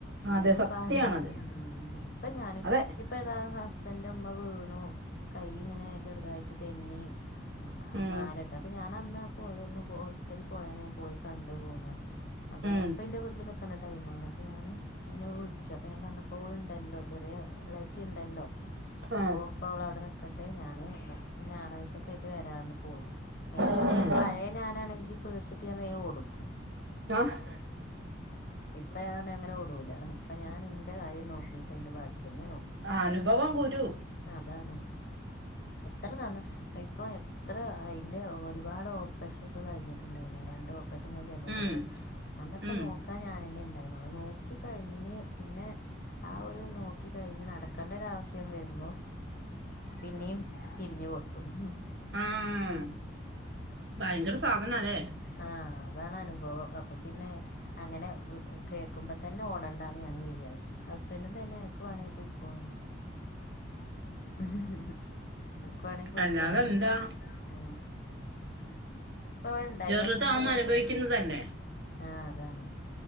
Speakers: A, on the left (about 50°); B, on the right (about 60°).
A: അങ്ങനെ
B: അതെ
A: ഒരു
B: സത്യാണത്
A: പാഠം ഇപ്പൊ ഞാന്
B: അതെ
A: ഇപ്പൊ താ ഹസ്ബന്റിന്റെ ഉമ്മ വീണു കൈ ഇങ്ങനെ ചെറുതായിട്ട് തെന്നി
B: ഉം
A: മാലേട്ടു അപ്പൊ ഞാൻഅന്നാ പോയൊന്ന് ഹോസ്പിറ്റലി പോയന്ന് ഞാൻ പോയി കണ്ടു പൊന്നത് അപ്പൊ
B: ഉം
A: ഞാ അപ്പ എന്റെ വീട്ടില് നിക്കണ ടൈമാണ് അപ്പ ഞാന് എന്നെ വിളിച്ചപ്പോ ഞാൻ പറഞ്ഞു പോൾ ഉണ്ടല്ലോ, ചെറിയ ഇളേച്ചി ഉണ്ടല്ലോ,
B: ആഹ്
A: അപ്പോ ഇപ്പോ അവൾഅവിടെ നിൽക്കട്ടഞാന് ഞായറാഴ്ച ഒക്കെ ആയിട്ട് വരാ ന്ന്പറഞ്ഞു പോന്നു നേരെ മറിച്ച്
B: ഉം
A: പഴ ഞാനാണെങ്കിൽ പേടിച്ചിട്ട് ഞാൻ വേം ഓടും.
B: <unintelligible>
A: ഇപ്പ ഞാൻ അങ്ങനെ ഓടൂല ഇപ്പൊ ഞാൻ ഇന്റെ കാര്യം നോക്കിട്ട് അതിന്റെ ബാക്കി <inaudible>
B: ആ അനുഭവം ഗുരു.
A: അതാണ്. എത്ര നന്ന്. ഇപ്പൊ എത്ര അയിന്റെ ഒരുപാട് ഓപ്രഷൻ ഒക്കെ കഴിഞ്ഞിട്ടുണ്ടായിന് രണ്ട് ഓപ്പ ഇപ്രാവിശ്യംഞാൻ ചെന്നിട്ട്
B: ഉം
A: കരഞ്ഞു അ ന്നൊക്കെ
B: ഉം
A: നോക്കാൻ ഞാൻ ഉണ്ട് ഉണ്ടായിരുന്നുള്ളു, നോക്കി കഴിഞ്ഞ് പിന്നെ ആ ഒരു നോക്കി കഴിഞ്ഞ് നടക്കെണ്ടരാവശ്യം വരുമ്പോ പിന്നെയും തിരിഞ്ഞ് കൊത്തും ഉം
B: ആഹ് ഭയങ്കര സാധനാല്ലേ?
A: ആഹ അതാണ് അനുഭവം അപ്പൊ പിന്നെ അങ്ങനെ കേക്കുമ്പോ തന്നെ ഓടണ്ടാന്ന് ഞാനും വിചാരിച്ചു. ഹസ്ബൻഡും തന്നെ നിനക്ക് വേണമെങ്കി പോയിക്കോന്ന് ഹും ഹും ഹും നിനക്കുംവാേണെങ്കിൽ പോയിക്കോ
B: അല്ലാതെ എന്താ
A: ഉ ഇപ്പ ഇവിടെ ണ്ടായിന്,
B: ചെറുതാവുമ്പോ
A: ഹസ്ബൻഡ് ഇവിടെ
B: അനുഭവിക്കുന്നതല്ലേ
A: ണ്ടായിന്. ആഹ് അതാണ്,